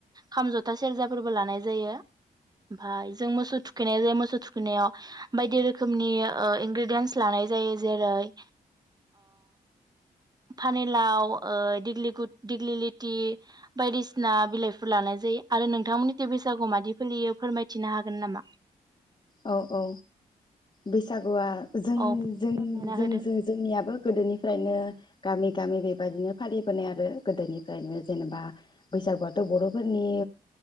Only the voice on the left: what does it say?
औ औ बैसागुआ जों
जों
जों
जोंनियाबो गोदोनिफ्रायनो गामि गामि बेबायदिनो फालिबोनाय आरो गोदोनिफ्रायनो जेनेबा बैसागुआथ' बर'फोरनि